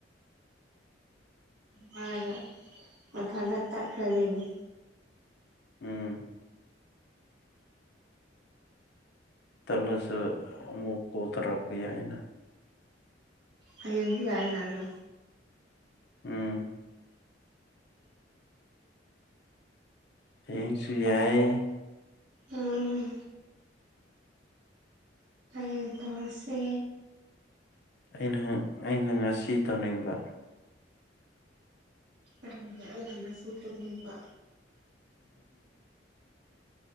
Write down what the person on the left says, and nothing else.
ꯎꯝ ꯇꯠꯂꯁꯨ ꯑꯃꯨꯛ ꯀꯣꯜ ꯇꯔꯛꯄ ꯌꯥꯏꯅ
ꯎꯝ ꯍꯌꯦꯡꯁꯨ ꯌꯥꯏ
ꯑꯩꯅ ꯑꯩꯅ ꯉꯁꯤ ꯇꯧꯝꯅꯤꯡꯕ